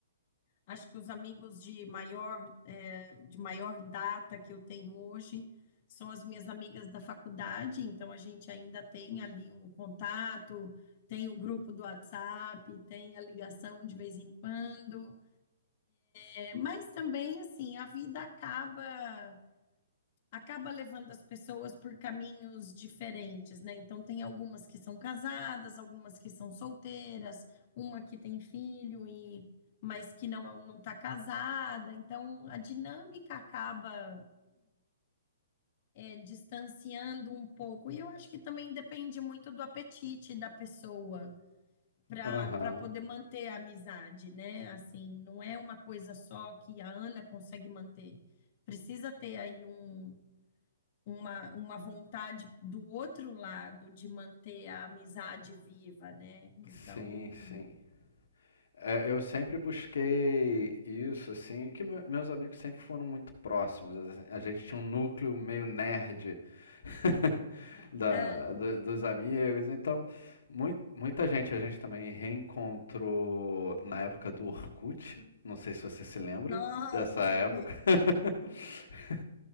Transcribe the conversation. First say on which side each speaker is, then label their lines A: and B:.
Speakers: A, on the left; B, on the left.
A: Acho que os amigos de maior, eh, de maior data que eu tenho hoje são as minhas amigas da faculdade, então a gente ainda tem ali um contato, tem o grupo do WhatsApp, tem a ligação de vez em quando. Eh, mas também, assim, a vida acaba acaba levando as pessoas por caminhos diferentes, né? Então tem algumas que são casadas, algumas que são solteiras, uma que tem filho e mas que não não está casada. Então a dinâmica acaba é, distanciando um pouco. E eu acho que também depende muito do apetite da pessoa para
B: Aham,
A: para poder manter a amizade, né? Assim, não é uma coisa só que a Ana consegue manter. Precisa ter aí um uma, uma vontade do outro lado de manter a amizade viva, né? Então,
B: Sim, sim. É, eu sempre busquei isso, assim, que me- meus amigos sempre foram muito próximos. assim, A gente tinha um núcleo meio nerd <laughs> da,
A: é,
B: do- dos amigos, então mui- muita gente a gente também reencontrou na época do Orkut. Não sei se você se lembra
A: nossa,
B: dessa época,
A: le-
B: <laughs>